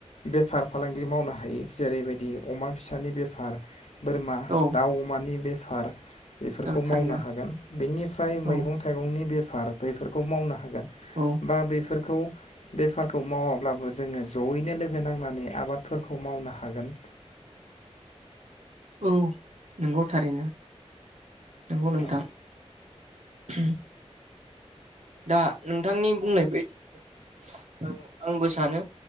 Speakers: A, on the left; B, on the right.
A: बेफार फालांगि मावनो हायो जेरैबायदि अमा फिसानि बेफार बोरमा
B: औ
A: दाउ अमानि बे फार बेफोरखौ
B: औ थारैनो
A: मावनो हागोन। बेनिफ्राय मैगं-थाइगंनि
B: औ
A: बे फार बैफोरखौ मावनो हागोन
B: औ
A: बा बेफोरखौ बेफारखौ मावाब्लाबो जोङो जयैनो लोगो नांनानै आबादफोरखौ मावनो हागोन।
B: औ नंगौ थारैनो नंगौ नोंथां
A: औ
B: <unintelligible> दा नोंथांनि बुंनाय बायदि आं आंबो सानो